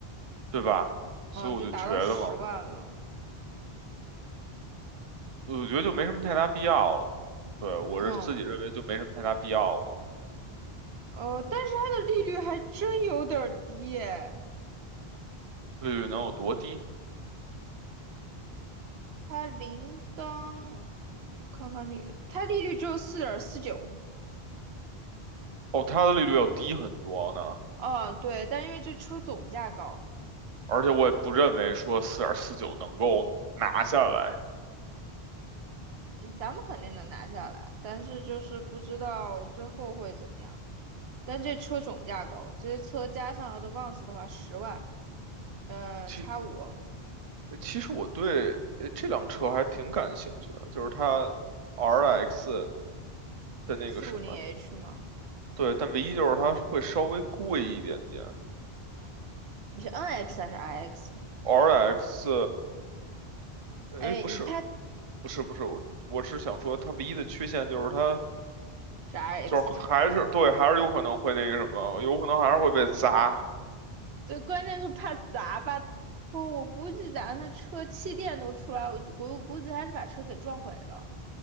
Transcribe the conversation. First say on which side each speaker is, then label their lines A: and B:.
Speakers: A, on the right (about 40°); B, on the right (about 80°).
A: 对吧？所以我就觉得嘛，
B: 嗯，就达到十万了，
A: 我觉得就没什么太大必要了。
B: 对，
A: 对，我是自己认为就没什么太大必要了。
B: 嗯，呃，但是它的利率还真有点儿低耶，
A: 利率能有多低？
B: 它零当，我看看利，它利率只有四点四九，
A: 哦，它的利率要低很多呢，
B: 嗯，对，但因为这车总价高，
A: 而且我也不认为说四点四九能够拿下来。
B: 嗯，咱们肯定能拿下来，但是就是不知道最后会怎么样。但这车总价高，这些车加上 Advance 的话，十万，嗯、
A: 其
B: 叉五
A: 其实我对呃这辆车还挺感兴趣的，就是它 RX 的那个什么，
B: 四五零 H 吗？
A: 对，但唯一就是它是会稍微贵一点点。
B: 你是 NX 还是 RX？
A: RX，哎，
B: 哎，
A: 不是，
B: 你它是
A: 不是，不是，我我是想说它唯一的缺陷就是它
B: RX，
A: 就是还是对，还是有可能会那个什么，有可能还是会被砸，
B: <laughs> 这关键是怕砸吧？偷。我估计咱的车气垫都出来，我就估我估计还是把车给撞毁了，